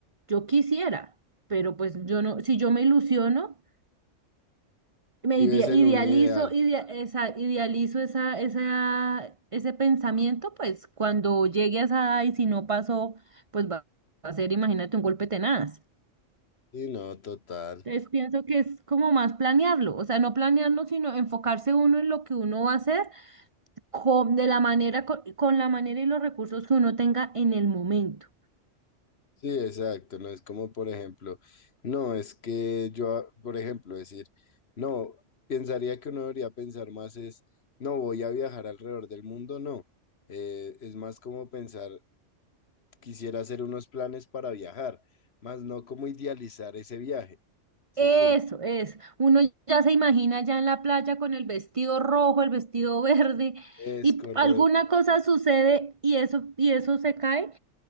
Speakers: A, on the right (about 25°); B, on the left (about 55°).
A: Yo quisiera, pero pues yo no, si yo me ilusiono, me
B: Vives
A: idea-
B: en
A: idealizo,
B: un ideal.
A: idea- esa, idealizo esa, esa, ese pensamiento, pues cuando llegue a esa edad y si no pasó, pues va a ser, imagínate, un golpe tenaz.
B: Sí, no, total.
A: Entonces pienso que es como más planearlo, o sea, no planearlo, sino enfocarse uno en lo que uno va a hacer con, de la manera, con, con la manera y los recursos que uno tenga en el momento.
B: Sí, exacto. No es como, por ejemplo, no, es que yo, ah, por ejemplo, decir, no, pensaría que uno debería pensar más es, no, voy a viajar alrededor del mundo, no. Eh, es más como pensar, quisiera hacer unos planes para viajar, más no como idealizar ese viaje. Sí,
A: Eso
B: como
A: es. Uno ya se imagina ya en la playa con el vestido rojo, el vestido <laughs> verde,
B: es
A: y
B: correcto.
A: p- alguna cosa sucede y eso, y eso se cae,